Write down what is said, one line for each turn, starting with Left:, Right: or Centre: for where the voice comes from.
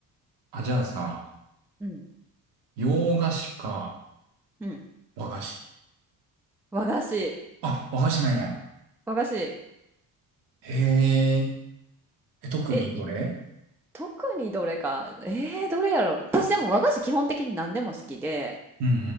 Right: あ、じゃあさ、
Centre: うん。
Right: 洋菓子か
Centre: うん。
Right: 和菓子。
Centre: 和菓子。
Right: あ、和菓子なんや。
Centre: 和菓子。
Right: へええ。特にどれ
Centre: え、い特にどれか。えー、どれやろ。私でも和菓子基本的に何でも好きで、
Right: うんう